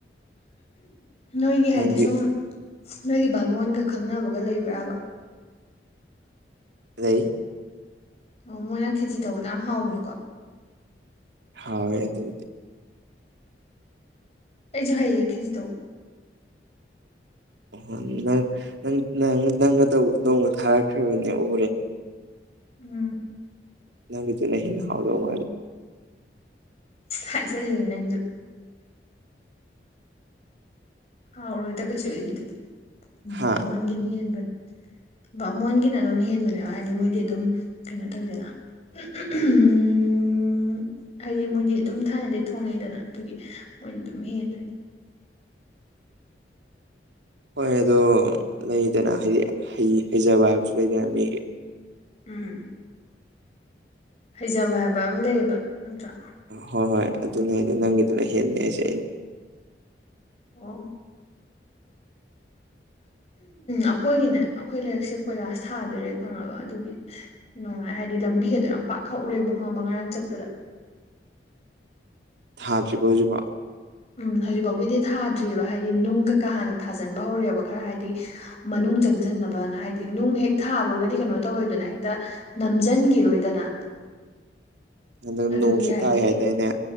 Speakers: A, on the left (about 35°); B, on the right (about 85°).
A: ꯅꯣꯏꯒꯤ ꯍꯥꯏꯗꯤ
B: ꯅꯪꯗꯤ
A: ꯁꯨꯝ ꯅꯣꯏꯒꯤ ꯕꯥꯃꯣꯟꯒ ꯈꯪꯅꯕꯒ ꯂꯩꯕ꯭ꯔꯥꯕ
B: ꯂꯩ
A: ꯑꯣ ꯃꯣꯏꯅ ꯈꯦꯖꯤ ꯇꯧꯕꯗꯣ ꯌꯥꯝ ꯍꯥꯎꯕꯅꯤꯀꯣ
B: ꯍꯥꯎꯋꯦ ꯑꯗꯨꯕꯨꯗꯤ
A: ꯑꯩꯁꯨ ꯍꯩꯌꯦ ꯈꯤꯖꯤ ꯇꯧꯕ
B: ꯑꯣ ꯅꯪ ꯅꯪ ꯅꯪ ꯅꯪꯒ ꯅꯣꯡꯃ ꯊꯥꯔꯛꯈ꯭ꯔꯕꯅꯦ ꯎꯔꯦ
A: ꯎꯝ
B: ꯅꯪꯒꯤꯗꯨꯅ ꯍꯦꯟꯅ ꯍꯥꯎꯗꯧ ꯃꯥꯂꯦ
A: ꯍꯥꯏꯖꯤꯜꯂꯦ ꯅꯪꯖꯨ ꯍꯥꯎꯔꯣꯏꯗ ꯀꯩꯁꯨ ꯑꯩꯒꯤꯗꯨꯗꯤ
B: ꯍꯥ
A: ꯕꯥꯃꯣꯟ ꯒꯤꯅ ꯍꯦꯟꯕꯅꯤ ꯕꯃꯣꯟꯒꯤꯅ ꯑꯗꯨꯝ ꯍꯦꯟꯕꯅꯦꯕ ꯍꯥꯏꯗꯤ ꯃꯣꯏꯗꯤ ꯑꯗꯨꯝ ꯀꯩꯅꯣ ꯇꯧꯋꯤꯗꯅ ꯎꯝ ꯎꯝ ꯍꯥꯏꯗꯤ ꯃꯣꯏꯗꯤ ꯑꯗꯨꯝ ꯊꯥꯏꯅꯗꯒꯤ ꯊꯣꯡꯉꯛꯑꯦꯗꯅ ꯑꯗꯨꯒꯤ ꯃꯣꯏꯅ ꯑꯗꯨꯝ ꯍꯦꯟꯗꯣꯏꯅꯤ
B: ꯍꯣꯏ ꯑꯗꯣ ꯂꯩꯗꯅ ꯍꯥꯏꯗꯤ ꯍꯩꯖꯕ ꯍꯥꯏꯕꯁꯨ ꯂꯩꯗꯅ ꯃꯤꯒꯤ
A: ꯎꯝ ꯍꯩꯖꯕ ꯍꯥꯏꯕ ꯑꯃ ꯂꯩꯌꯦꯕ ꯅꯠꯇ꯭ꯔꯥ
B: ꯍꯣꯏ ꯍꯣꯏ ꯑꯗꯨꯅꯦ ꯅꯪꯒꯤꯗꯨꯅ ꯍꯦꯟꯅ ꯍꯥꯏꯁꯦ ꯑꯩ
A: ꯑꯣ ꯑꯩꯈꯣꯏꯒꯤꯅꯦ ꯑꯩꯈꯣꯏ ꯂꯥꯏꯔꯤꯛꯁꯦ ꯀꯣꯏꯂꯥꯁ ꯊꯥꯗꯣꯔꯦ ꯈꯪꯉꯕ ꯑꯗꯨꯒꯤ ꯅꯨꯡꯉꯥꯏ ꯍꯥꯏꯗꯤ ꯂꯝꯕꯤꯒꯗꯣ ꯌꯥꯝ ꯄꯥꯛ ꯍꯛꯎꯔꯦꯕ ꯈꯪꯉꯕ ꯉꯔꯥꯡ ꯆꯠꯄꯗ
B: ꯊꯥꯗ꯭ꯔꯤꯕꯣ ꯍꯧꯖꯤꯛꯐꯥꯎ
A: ꯎꯝ ꯍꯧꯖꯤꯛꯐꯥꯎꯒꯤꯗꯤ ꯊꯥꯗ꯭ꯔꯤꯑꯕ ꯍꯥꯏꯗꯤ ꯅꯨꯡꯒ ꯀꯥ ꯀ ꯍꯥꯟꯅ ꯊꯥꯖꯟꯕ ꯍꯧꯔꯦꯑꯦꯕ ꯈꯔ ꯍꯥꯏꯗꯤ ꯃꯅꯨꯡ ꯆꯪꯁꯤꯟꯅꯕꯅ ꯍꯥꯏꯗꯤ ꯅꯨꯡ ꯍꯦꯛ ꯊꯥꯕꯒꯗꯤ ꯀꯩꯅꯣ ꯇꯧꯔꯦꯗꯅ ꯍꯦꯛꯇ ꯅꯝꯖꯟꯈꯤꯔꯣꯏꯗꯅ
B: ꯎꯝ ꯑꯗꯨ
A: ꯑꯗꯨꯒꯤ
B: ꯅꯣꯡꯁꯨ
A: ꯍꯥꯏꯗꯤ
B: ꯇꯥꯏ ꯍꯥꯏꯗꯥꯏꯅꯦ